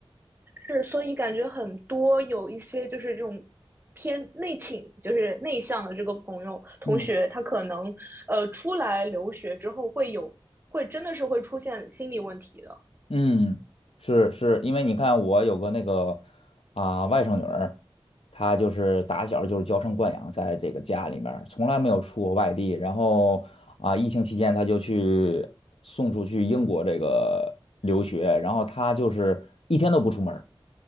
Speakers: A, on the right (about 20°); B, on the left (about 85°).
A: 是，所以感觉很多有一些就是这种偏内倾，就是内向的这个朋友同学，
B: 嗯。
A: 他可能呃出来留学之后会有，会真的是会出现心理问题的。
B: 嗯，是是，因为你看，我有个那个啊、外甥女儿，她就是打小就是娇生惯养，在这个家里面儿从来没有出过外地。然后啊、疫情期间她就去送出去英国这个留学，然后她就是一天都不出门儿